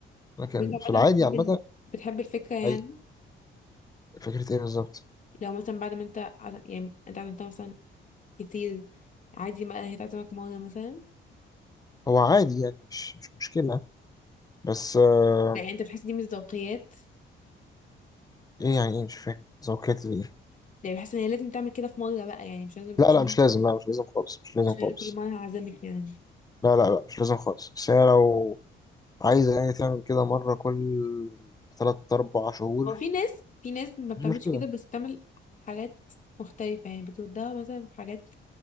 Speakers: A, on the left; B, on the left.
A: لكن
B: انت عامه
A: في العادي
B: بتحب
A: عامة
B: ال- بتحب الفكره يعني
A: أي فكرة إيه بالظبط
B: لو مثلا بعد ما انت عز- يعني انت عزمتها مثلا كتير عادي بقى هي تعزمك مره مثلا
A: هو عادي يعني مش مش مشكلة بس آه
B: لا يعني انت بتحس دي مش ذوقيات
A: إيه يعني إيه مش فاهم ذوقيات إيه
B: يعني بحس ان هي لازم تعمل كده في مره بقى يعني مش لازم
A: لا
B: مش
A: لا مش لازم لا مش لازم خالص مش لازم
B: مش انا
A: خالص
B: كل مره هعزمك يعني
A: لا لا لا مش لازم خالص بس هي لو عايزة يعني تعمل كده مرة كل تلات أربع شهور
B: هو في ناس في ناس ما بتعملش
A: مش مشكلة
B: كده بس بتعمل حاجات مختلفة يعني بتودها مثلا في حاجات